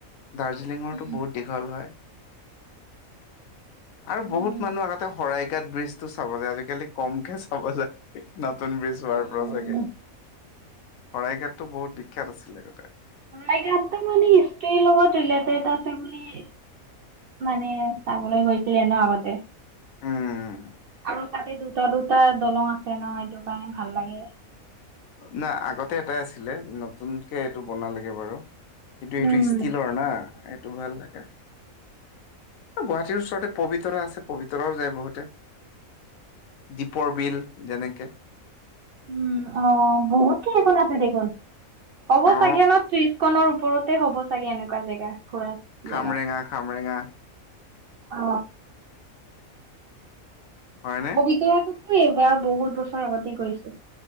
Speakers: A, on the left (about 75°); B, on the right (about 70°).
A: দাৰ্জিলিঙৰতো
B: উম।
A: বহুত দীঘল হয় আৰু
B: উম।
A: বহুত মানুহ আগতে শৰাইঘাত ব্ৰিজ টো চাব যায় আজিকালি কমকে চাব যায় নতুন ব্ৰিজ হোৱাৰ
B: উম,
A: পৰা চাগে শৰাইঘাতটো বহুত বিখ্যাত আছিলে আগতে
B: শৰাইঘাটতো মানে হিষ্ট্ৰী লগত ৰিলেটেড আছে বুলি মানে চাবলৈ গৈছিলে ন আগতে
A: উম
B: আৰু তাতে দুটা দুটা দলং আছে ন এইটো কাৰণে ভাল লাগে
A: নাই আগতে এটাই আছিলে নতুনকে এইটো বনালেগে বাৰু কিন্তু সেইটো
B: উম।
A: ষ্টিলৰ না এইটো ভাল লাগে আ গুৱাহাটীৰ ওচৰতে পবিতৰা আছে পবিতৰাও যায় বহুতে দীপৰ বিল যেনেকে
B: উম অ বহুত কেইখন আছে দেখোন হ'ব
A: অ
B: চাগে ন ত্ৰিশখনৰ ও পৰতে হব চাগে এনেকোৱা জেগা ফুৰা জেগা।
A: খামৰেঙা খামৰেঙা
B: অ
A: হয়নে
B: পবিতৰাতোতো এইবাৰ বহুত বছৰ আগতে গৈছিলো